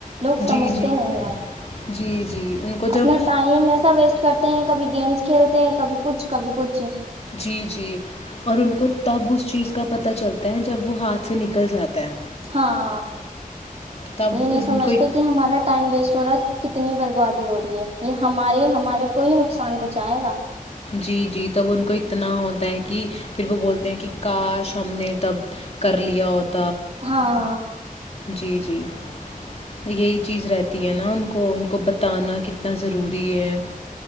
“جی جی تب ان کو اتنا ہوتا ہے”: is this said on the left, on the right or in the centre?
Left